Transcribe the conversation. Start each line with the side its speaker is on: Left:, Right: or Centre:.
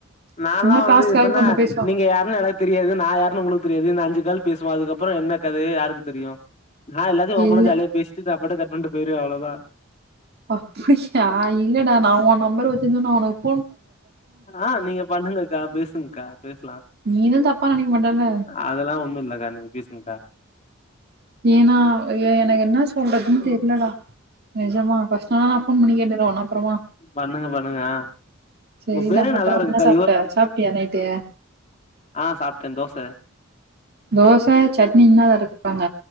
Left: நாலா
Right: சும்மா டாஸ்க்காக
Left: வந்து இப்பன்னா
Right: கொஞ்சம் பேசுவாங்க.
Left: நீங்க யாருன்னு எனக்கு தெரியாது நா யாருன்னு உங்களுக்கு தெரி யாது இந்த அஞ்சு கால் பேசுவோ அதுக்கப்புறோ என்ன கதயோ யாருக்கு தெரியும் நா எல்லாத்தையு ஓப்பனா
Right: இல்ல
Left: ஜாலியா பேசிட்டு நா பாட்டு கட் பண்ட்டு போயிருவ அவ்ளோதா
Right: அப்டியா இல்லடா நா ஒ நம்பர வச் <unintelligible>
Left: ஆஹ் நீங்க பண்ணுங்கக்கா பேசுங்க்கா பேசலா
Right: நீ எதுவும் தப்பா நினைக்க மாட்டல்ல?
Left: அதெல்லா ஒண்ணு இல்லக்கா நீங்க பேசுங்க்கா
Right: ஏன்னா அய்யோ எனக்கு என்ன சொல்றதுன் தெரிலடா நெஜமா ஃபஸ் ஆனா போன் பண்ணி கேட்டுக்குறே ஒன்ன அப்புறமா
Left: பண்ணுங்க பண்ணுங்க ஆ
Right: சரிடா
Left: உங்க பேரே
Right: அப்புறம்
Left: நல்லா இருக்குக்கா
Right: என்ன சாப்ட்ட சாப்ட்டியா நைட்டு
Left: ஆஹ் சாப்ட்டன் தோச
Right: தோச சட்னி இன்ன அரைப்பாங்க